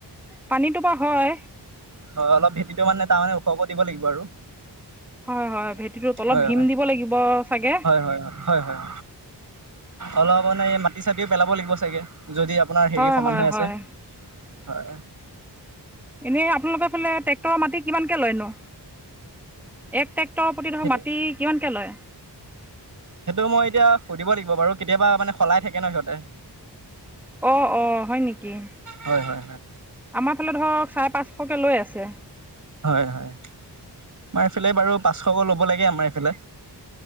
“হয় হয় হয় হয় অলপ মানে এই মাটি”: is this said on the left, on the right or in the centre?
Right